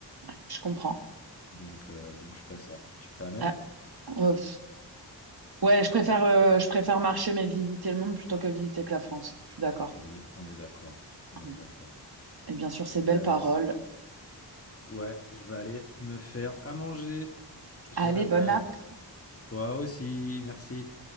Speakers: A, on the right (about 60°); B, on the left (about 35°).
A: Ouais, je comprends.
B: Donc, euh, donc je ferai ça. Tu ferais la même?
A: Ah, euh, ouais, je préfère, euh, je préfère marcher mais visiter le monde plutôt que visiter que la France. Je suis d'accord.
B: On est, on est d'accord. On
A: Ouais.
B: est d'accord.
A: Et bien sûr, ces
B: Nice.
A: belles paroles.
B: Ouais, je vais aller me faire à manger. J'ai
A: Allez,
B: la dalle.
A: bonne app.
B: Toi aussi, merci.